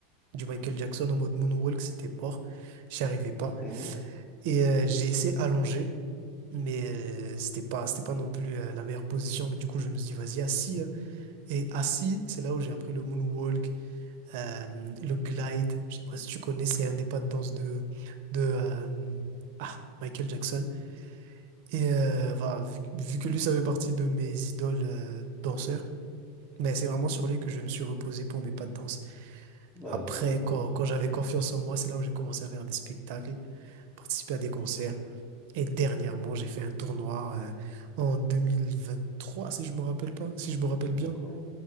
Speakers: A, on the right; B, on the left.
A: Du Michael Jackson en mode moonwalk, c'était mort. J'y arrivais pas.
B: à...
A: Et euh, j'ai essayé allongé. Mais euh, c'était pas, c'était pas non plus euh, la meilleure position. Mais du coup, je me suis dit, vas-y, assis. hein. Et assis, c'est là où j'ai appris le moonwalk, euh, le glide. Je sais pas si tu connais, c'est un des pas de danse de, de euh, ah, Michael Jackson. Et euh, voilà, vu, vu que lui, ça fait partie de mes idoles euh, danseurs, ben, c'est vraiment sur lui que je me suis reposé pour mes pas de danse.
B: Bah,
A: Après,
B: d'accord,
A: quand,
B: écoute,
A: quand j'avais confiance en moi, c'est là où j'ai commencé à faire des spectacles, participer à des concerts. Et dernièrement, j'ai fait un tournoi euh, en 2023, si je me rappelle pas, si je me rappelle
B: d'accord.
A: bien.